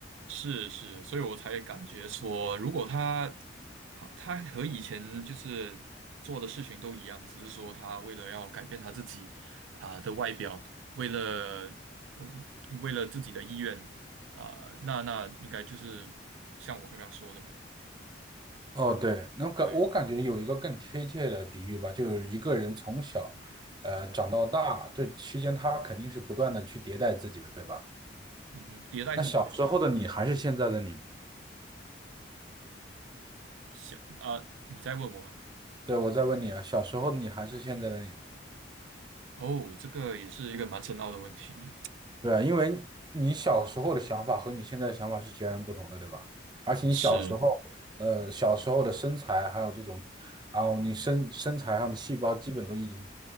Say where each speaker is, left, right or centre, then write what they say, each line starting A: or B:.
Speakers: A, on the right; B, on the right.
A: 是是，所以我才感觉说，如果他他他和以前就是做的事情都一样，只是说他为了要改变他自己啊、的外表，为了呃为了自己的意愿啊、那那应该就是像我刚刚说的嘛，
B: 哦，对，那感我感觉有一个更贴切的比喻吧，
A: 对，
B: 就是一个人从小，呃，长到大，这期间他肯定是不断的去迭代自己的，对吧？
A: 嗯哼，迭代是什么意思？
B: 那小时候的你还是现在的你吗？
A: 想啊、你在问我吗？
B: 对，我再问你啊，小时候的你还是现在的你吗？
A: 哦，这个也是一个蛮深奥的问题，
B: 对啊，因为你小时候的想法和你现在的想法是截然不同的，对吧？而且你小时候，
A: 是
B: 呃，小时候的身材还有这种，然后你身身材上的细胞基本都已经